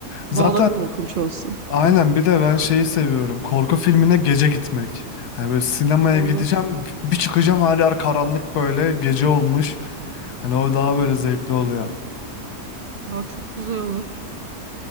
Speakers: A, on the left; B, on the right.
A: Zaten
B: Daha da korkunç olsun.
A: aynen
B: Heh,
A: bir de ben şeyi seviyorum. Korku filmine gece gitmek. Hani böyle sinemaya
B: olur.
A: gideceğim. Bir çıkacağım her yer karanlık böyle. Gece olmuş. Hani o daha böyle zevkli oluyor.
B: daha çok güzel olur.